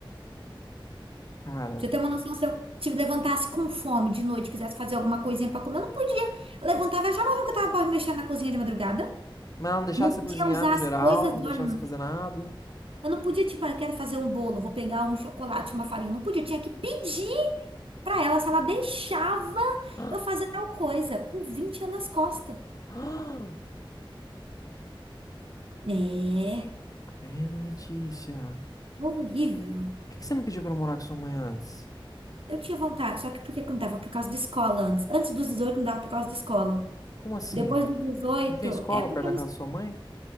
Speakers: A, on the left (about 40°); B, on the right (about 80°).
A: Cara.
B: Pra Você tem uma noção, se eu te levantasse com fome de noite, quisesse fazer alguma coisinha pra comer, eu não podia. Eu levantava, achava ruim que eu tava mexendo na cozinha de madrugada.
A: Mas ela não deixava
B: Não
A: você
B: podia
A: cozinhar
B: usar
A: no geral,
B: as coisas
A: não
B: do...
A: deixava
B: Eu
A: você fazer nada.
B: não podia, tipo, ah, eu quero fazer um bolo, vou pegar um chocolate, uma farinha. Eu não podia, tinha que pedir pra ela se ela deixava
A: <gasps>
B: eu fazer tal coisa, com 20 anos nas costas.
A: Ah, ah,
B: É,
A: Credo, Letícia.
B: horrível.
A: Por que que você não pediu pra morar com sua mãe antes?
B: Eu tinha vontade, só que porque não dava por causa da escola antes. Antes dos 18 não dava por causa da escola.
A: Como assim?
B: Depois dos 18
A: Não tem escola
B: é porque
A: perto da
B: eu me
A: casa da sua mãe?